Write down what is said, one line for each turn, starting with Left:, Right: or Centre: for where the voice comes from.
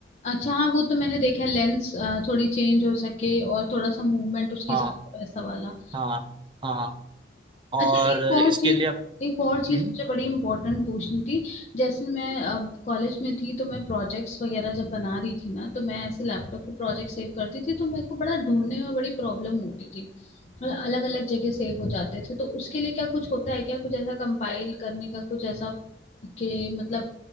Left: अच्छा हाँ वो तो मैंने देखा है लेंस थोड़ी चेंज हो सके और थोड़ा सा मूवमेंट उसकी
Right: हाँ
Left: ज्यादा वैसा वाला
Right: हाँ हाँ और
Left: अच्छा एक
Right: इसके
Left: और चीज
Right: लिए आप-
Left: एक और चीज
Right: हम्म
Left: मुझे बड़ी इम्पोर्टेंट पूछनी थी जैसे मैं अब कॉलेज में थी तो मैं प्रोजेक्ट्स वगैरह जब बना रही थी ना तो मैं ऐसे लैपटॉप पे प्रोजेक्ट सेव करती थी तो मेरे को बड़ा ढूंढने में बड़ी प्रॉब्लम होती थी अलग अलग जगह सेव हो जाते थे तो उसके लिए क्या कुछ होता है क्या कुछ ऐसा कंपाइल करने का कुछ ऐसा कि मतलब